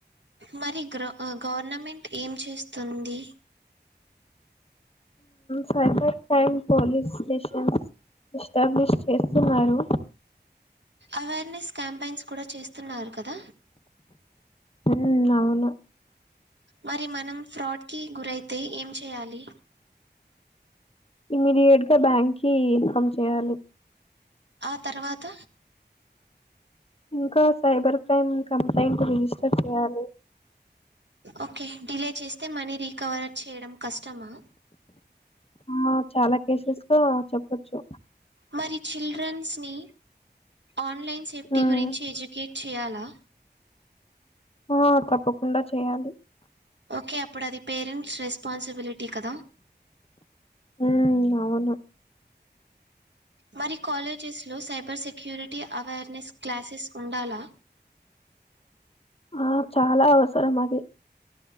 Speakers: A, on the right; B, on the left.
A: మరి గ్ర గవర్నమెంట్ ఏం చేస్తుంది
B: cyber crime police stations establish చేస్తున్నారు.
A: అవేర్నెస్ క్యాంపెన్స్ కూడా చేస్తున్నారు కదా.
B: ఉమ్ అవును
A: మరి మనం ఫ్రాడ్ కి గురైతే ఏం చేయాలి.
B: ఇమీడియేట్ గా బ్యాంక్ కి ఇన్ఫమ్ చేయాలి.
A: ఆ తర్వాత
B: ఇంకా సైబర్ క్రైమ్ కంప్లైంట్ రిజిస్టర్ చేయాలి.
A: ఓకే డిలే చేస్తే మనీ రీకవర్ చేయడం కష్టమా.
B: ఆ చాలా కేసెస్ లో చెప్పొచ్చు.
A: మరి చిల్డ్రన్స్ని ఆన్లైన్ సేఫ్టీ
B: మ్మ్
A: గురించి ఎడ్యుకేట్ చెయ్యలా.
B: ఆ తప్పకుండా చేయాలి.
A: ఓకే అప్పుడు అది పేరెంట్స్ రెస్పాన్సిబిలిటీ కదా.
B: ఉమ్ అవును
A: మరి కాలేజెస్లో సైబర్ సెక్యూరిటీ అవేర్నెస్ క్లాసెస్ ఉండాలా.
B: ఆ చాలా అవసరం అది.